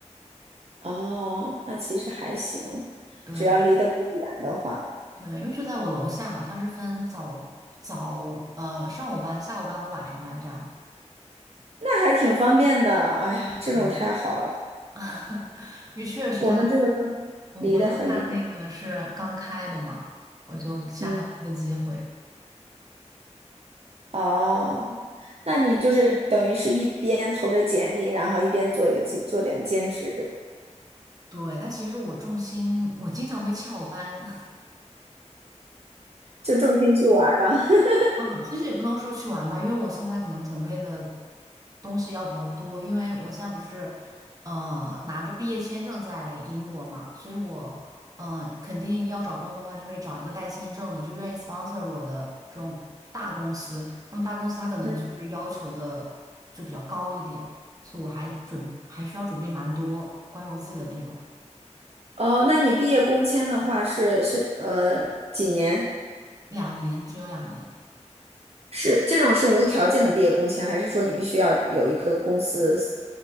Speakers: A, on the right (about 60°); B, on the right (about 30°).
A: 哦，那其实还行，
B: 对
A: 只要离得不远的话，
B: 对，因为就在我楼下嘛，他是分早早呃上午班、下午班和晚上班这样。
A: 那还挺方便的。哎呀，这种太好了，
B: 嗯，<laughs> 因为确实他
A: 我们这个都
B: 我我楼下那个是刚开的嘛，
A: 离得很远。
B: 我就恰好有一个机会。
A: 嗯。哦，那你就是等于是一边投着简历，然后一边做一个兼做点兼职这种，
B: 对，但其实我重心，我经常会翘班。
A: 就重心去玩儿了。<laughs>
B: 嗯其实也不能说去玩吧，因为我现在可能准备的东西要比较多，因为我现在不是，呃，拿着毕业签证在英国嘛，所以我，呃，肯定要找工作的话，就会找一个带签证的，就愿意 sponsor 我的这种大公司。那么大公司它可能就是要求的就比较高一点，
A: 嗯，
B: 所以我还准还需要准备蛮多关于我自己的内容，
A: 哦，那你毕业工签的话是是呃几年？
B: 两年只有两年。
A: 是这种是无条件的毕业工签，还是说你必须要有一个公司